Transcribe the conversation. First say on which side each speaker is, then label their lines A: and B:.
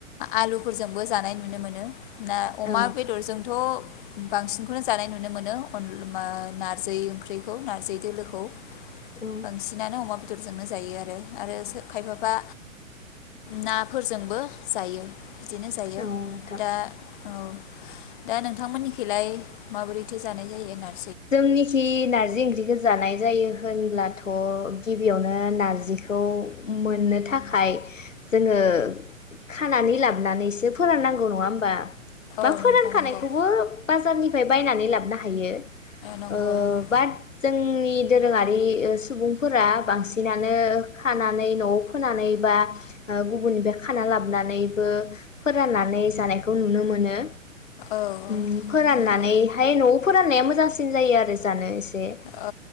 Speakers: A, on the left; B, on the left.
A: आलुफोरजोंबो जानाय नुनो मोनो। दा अमा
B: औ
A: बेदरजोंथ बांसिनखौनो जानाय नुनो मोनो अन बा नार नारजै ओंख्रिखौ नारजै दोलोखौ
B: औ
A: बांसिनानो अमा बे फोरजोंनो जायो आरो आरो सो खायफाबा नाफोरजोंबो जायो। बिदिनो जायो
B: औ नोंथां
A: दा औ दा नोंथांमोननिखैलाय माबोरैथो जानाय जायो होननानै
B: जोंनिखि नारजि ओंख्रिखौ जानाय जायो होनब्लाथ' गिबियावनो नारजिखौ मोननो थाख खाय जोङो खानानै लाबोनानैसो फोराननांगौ नङा होमबा?
A: औ
B: बा
A: नोंथां
B: फोरानखानायखौबो
A: नंगौ
B: बाजारनि बायनानै लाबनो हायो। ओ
A: नंगौ नंगौ
B: बाद जोंनि नि दोरोङारि ओ सुबुंफोरा बांसिनानो खानानै न'आव फोनानै बा गुबुननिफ्राय खाना लाबोनानैबो फोराननानै जानायखौ नुनो मोनो।
A: औ
B: उम फोराननानैहाय
A: नंगौ
B: न'आव फोराननाया मोज न जायो आरो। जानो एसे
A: औ